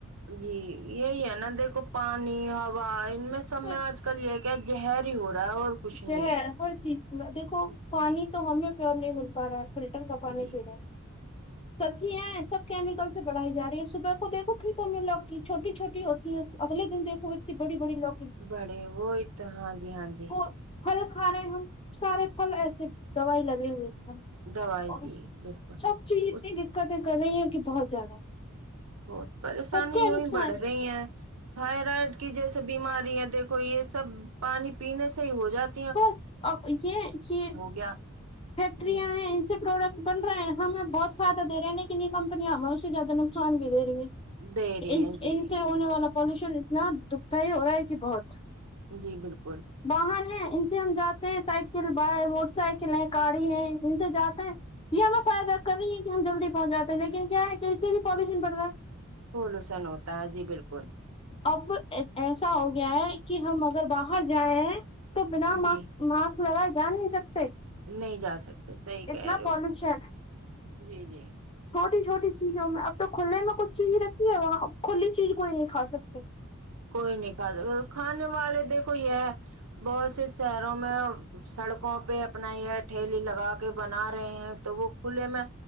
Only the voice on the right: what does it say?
جی یہی ہے نا دیکھو پانی ہا ان میں سب
میں آج کل کل یہ کیا ہر ہی ہو رہا ہے اور کچھ
نہیں
جی
جی
بڑے وہ ا تو ہاں جی ہاں جی
دوائی
جی بالکل
کچھ
بہت پریشانی
یوں
ہی بڑھ رہی ہے تھائرائڈ کی جیسے بیماری ہے دیکھو یہ سب پانی پینے سے ہی ہو جاتا
گیا
جی
دے رہی جی
جی بالکل
پولوشن ہوتا ہے جی بالکل
جی
نہیں جا سکتے صحی
کہہ رہے
ہو جی جی
کوئی نہیں کھا س کھانے والے دیکھو یہ بہت سے شہروں میں سڑکوں پہ اپنا یہ ٹھیلی لگا کے بنا رہے ہیں تو وہ کھے میں